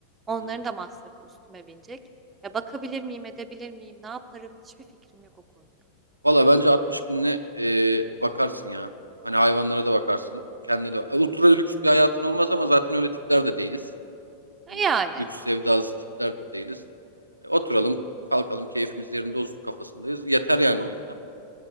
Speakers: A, on the right; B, on the right.
A: onların
B: Hı hı.
A: da masrafı üstüme binecek. Ya bakabilir miyim, edebilir miyim, ne yaparım hiçbir fikrim yok o konuda.
B: Valla bence 60 binle e, bakarsın ya. Hani hayvanlara da bakarsın. Kendine de. Ultra lüks bir hayatın olmaz ama zaten öyle tipler de değiliz. Hani
A: Yani
B: lüks sevdalısı tipler de değiliz. E, Oturalım, kalkalım, keyfimiz yerinde olsun kafasındayız. Yeter yani o yüzden.